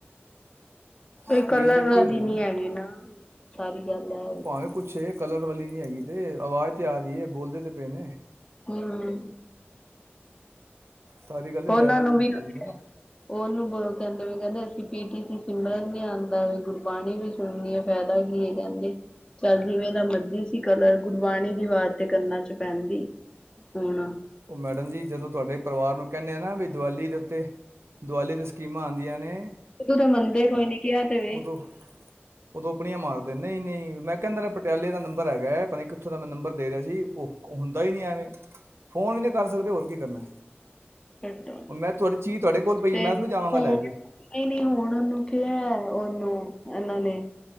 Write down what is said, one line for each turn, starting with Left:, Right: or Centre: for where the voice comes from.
Left: ਕੋਈ
Right: ਸਕਰੀਨ
Left: ਕਲਰ
Right: ਤੇ ਇੱਕੋ
Left: ਵਾਲ
Right: ਹੀ ਹੁੰਦੀ
Left: ਦੀ ਨੀ ਹੈਗੀ ਨਾ <unintelligible> ਗੱਲ ਹੈ
Right: ਉਹ ਭਾਵੇਂ ਕੁੱਛ ਕਲਰ ਵਾਲੀ ਨੀ ਹੈਗੀ ਤੇ ਆਵਾਜ਼ ਤੇ ਆ ਰਹੀ ਹੈ ਬੋਲਦੇ ਤੇ ਪਏ ਨੇ
Left: ਹਮ
Right: ਸਾਰੀ ਗੱਲ
Left: ਉਹਨਾਂ
Right: ਲੈਵਲ
Left: ਨੂੰ ਵੀ
Right: ਲਦਾ ਨਾ <unintelligible>
Left: ਉਹਨੂੰ ਕਹਿੰਦੇ ਕਹਿੰਦੇ ਅਸੀਂ ਪੀ ਟੀ ਸੀ ਸਿਮਰਨ ਨੀ ਆਉਂਦਾ ਗੁਰਬਾਣੀ ਵੀ ਸੁਣਨੀ ਫਾਇਦਾ ਕੀ ਇਹ ਕਹਿੰਦੇ ਚੱਲ ਜਿਵੇਂ ਦਾ ਮਰਜੀ ਸੀ ਕਲਰ ਗੁਰਬਾਣੀ ਦੀ ਆਵਾਜ਼ ਤੇ ਕੰਨਾ ਚ ਪੈਂਦੀ ਹੁਣ
Right: ਉਹ ਮੈਡਮ ਜੀ ਜਦੋਂ ਤੁਹਾਡੇ ਪਰਿਵਾਰ ਨੂੰ ਕਹਿੰਦੇ ਆ ਵੀ ਦੀਵਾਲੀ ਦੇ ਉੱਤੇ ਦੀਵਾਲੀ ਤੇ ਸਕੀਮਾਂ ਆਉਂਦੀਆਂ ਨੇ
Left: ਤੂੰ ਤਾਂ ਮੰਨਦੇ ਕੋਈ ਨੀ ਕਿਹਾ ਤੇ ਵੇ
Right: ਉਦੋਂ ਉਦੋਂ ਆਪਣੀਆਂ ਮਾਰਦਾ ਨਹੀਂ ਨਹੀਂ ਮੈਂ ਕਹਿੰਦਾ ਨੇ ਪਟਿਆਲੇ ਦਾ ਨੰਬਰ ਹੈਗਾ ਪਤਾ ਕਿੱਥੋਂ ਦਾ ਮੈਂ ਨੰਬਰ ਦੇ ਰਿਹਾ ਸੀ ਉਹ ਹੁੰਦਾ ਹੀ ਨਹੀਂ ਐਵੇਂ ਫ਼ੋਨ ਵੀ ਨਹੀਂ ਕਰ ਸਕਦੇ ਹੋਰ ਕੀ ਕਰਨਾ
Left: ਦ
Right: ਹੁਣ ਮੈਂ ਤੁਹਾਡੀ ਚੀਜ਼ ਤੁਹਾਡੇ ਕੋਲ ਪਈ
Left: ਤੇ
Right: ਮੈਂ ਥੋੜੀ ਜਾਵਾਂਗਾ
Left: ਹੁਣ
Right: ਲੈ ਕੇ
Left: ਹੀ ਨ ਹੁਣ ਉਹਨੂੰ ਕਿਹਾ ਉਹਨੂੰ ਇਹਨਾਂ ਨੇ